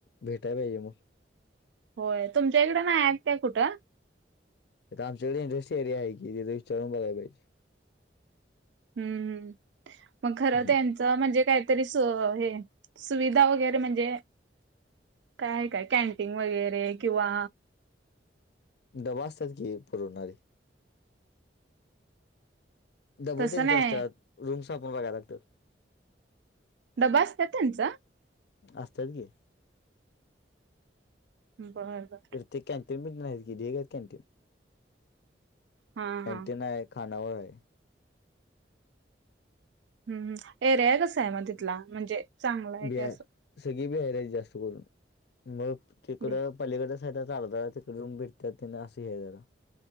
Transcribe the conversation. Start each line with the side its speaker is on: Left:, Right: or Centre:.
Left: भेटायला ये मग?
Right: होय तुमच्या इकड नाही काय कुठं?
Left: आमच्याकडे इंडस्ट्रीएरिया आहे कि तिथं विचारून बगयला पाहिजे
Right: हम्म हम् मग खरं हो
Left: हम्म
Right: तरच म्हणजे काहीतरी सुविधा वगैरे म्हणजे काय आहे काय कॅन्टीन वगैरे किंवा
Left: डबा असतात की पुरवणारी डब
Right: तसं
Left: त्याचा
Right: नाही
Left: असतात रूम्स आपण बघायला लागतात
Right: डबा असतात त्यांचा
Left: असत्यात कि.
Right: बरं बरं
Left: ते कॅन्टीन पण नाही कि ढीग आहेत कॅन्टीन
Right: हा
Left: कॅन्टीन
Right: हा
Left: आहे. खानावळ आहे.
Right: हम् एरिया कस आहे मग तिथला, म्हणजे चांगला आहे
Left: बिहार
Right: काय असं
Left: सगळी बिहार आहेत जास्त करून मग तिकडं
Right: बे
Left: पलीकडडेच आहे शेतात तिकडे त्यांनी भेटतात ति असं हे जरा